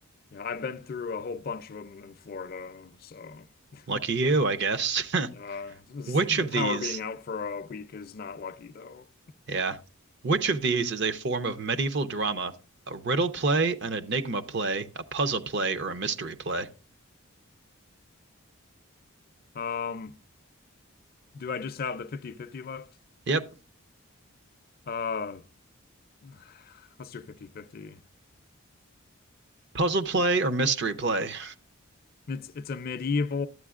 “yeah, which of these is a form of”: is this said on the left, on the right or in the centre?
Right